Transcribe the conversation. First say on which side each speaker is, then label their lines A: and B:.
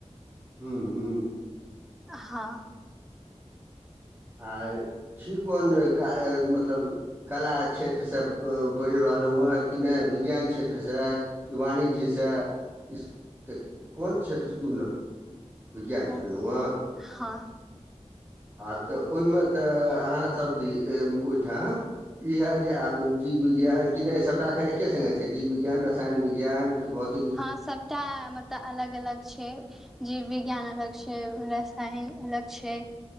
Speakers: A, on the right; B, in the centre.
A: हू हू
B: हँ
A: आ छी कोन क मतलब कला क्षेत्र से पढ़ि रहलहुँ हँ कि नय विज्ञान क्षेत्र से कि वणी जी सँ किऽ कोन क्षेत्र चुनलहुँ विज्ञान
B: अचछा
A: चुनलहुँ हेँ
B: हँ
A: आब तऽ ओहिमे तऽ अहाँ सब्जी ओहिठाम ई हयत जे आब जीव विज्ञान कि नहि सबटा अखन एके स्गे छै जीव विज्ञान रसायन विज्ञान कि बहुत
B: हँ सबटा मत तऽ अलग अलग छै जीवविज्ञान अलग छै रसायन अलग छै